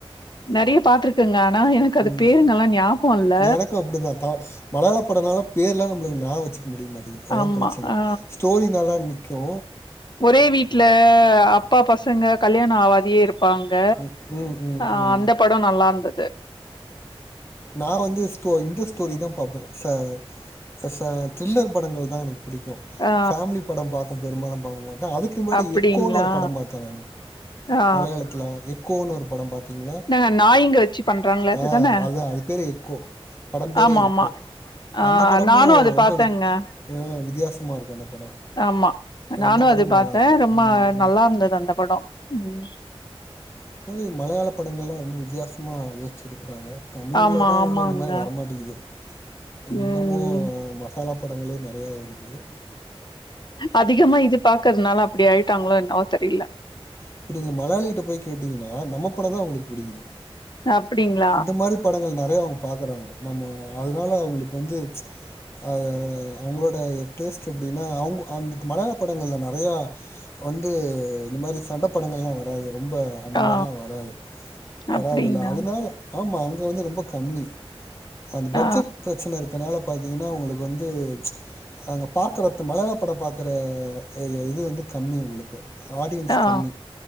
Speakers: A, on the left; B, on the left.
A: நறைய பாத்துருக் இருக்குங்க ஆனா எனக்கு அது
B: ம் ம்
A: பேருங்கல்லா ஞாபக இல்ல
B: எனக்கு அப்டிதா தா மலையாள படனால பேர்லாம் நம்மளுக்கு ஞாபக வச்சுக்க முடிய மாட்டேங்கிது அதுதா
A: ஆமா
B: பிரச்சனை
A: ஆ
B: ஸ்டோரி நல்லா நிக் க்கு
A: ஒரே வீட்ல அப்பா பசங்க கல்யாண ஆவாதியே இரு ப்பாங்க
B: ம் ம் ம்
A: ஆ
B: ம்
A: அந்த படோ நல்லா இருந்தது
B: நா வந்து ஸ்டோ இந்த ஸ்டோரி தா பாப்பே ச சச தரில்லர் படங்கள் தா எனக்கு பிடிக்கு
A: ஆ
B: ஃபாமிலி படம் பாக்கும் பெரும்பாலும் பாக்க மாட்டே அதுக்கு முன்னாடி
A: அப்டிங்களா
B: எக்கோன்னு ஒரு படம் பாத்தே நானு
A: ஆ
B: மலையாளத்தில எக்கோன்னு ஒரு படம் பாத்தே கிங்ளா
A: நா நாய்ங்க வச்சு பண்றாங்களே அதுதான
B: ஆ அதா அது பேரே எக்கோ படம் பேரே
A: ஆமா
B: எக்கோ
A: ஆமா ஆ
B: அந்த படமு
A: நானு அது
B: ஒன்பது
A: பாத்தேங்க
B: ஆ வித்தியாசமா இருக்கு அந்த படோ
A: ஆமா நானு
B: அந்த படமு
A: அது பாத்தே
B: நல்லாருக்கு
A: ரொம்ப
B: ம்
A: நல்லா
B: ம்
A: இருந்தது அந்த படோ ம்
B: கேரி மலையாள படங்கள்லா ரொம்ப வித்தியாசமா யோஸ்ச்சு எடுக்குறாங்க தமிழ்ல
A: ஆமா
B: தா
A: ஆமாங்க
B: வுன்னு அந்த மாதிரி வரமாட்டிகுது இ
A: ம்
B: இன்னமு மா காலாப்படங்களே நெறையா வருது
A: அதிகமா இது பாக்குறதுனால அப்டி ஆயிட்டாங்களோ என்னவோ தெரில
B: இப்ப நீங்க மலையாளிகிட்ட போய் கேட்டிங்கனா நம்ம படம் தா அவுங்களுக்கு புடிக்குது
A: அப்பிடிங்ளா
B: இந்த மாரி படங்கள் நெறைய அவுங்க பாக்குறாங்க நம்ம அதுனால அவுங்களுக்கு வந்து அத அவுங்களோட டேஸ்ட் எப்டினா அவுங்க அந்த மலையாள படங்கள்ல நெறையா வந்து இந்த மாரி சண்ட படங்கள்லா வராது ரொம்ப அந்த
A: ஆ
B: மாரிலா வராது வராதுல
A: அப்டிங்களா
B: அதுனால ஆமா அங்க வந்து ரொம்ப கம்மி அந்த
A: ஆ
B: பட்ஜெட் பிரச்சன இருக் கனால பாத்தீங்கன்னா அவுங்களுக்கு வந்து அங்க பாக்குற இப்ப மலையாள பட பாக்குற இ இது வந்து கம்மி உங்களுக்கு ஆடியன்ஸ்
A: ஆ
B: கம்மி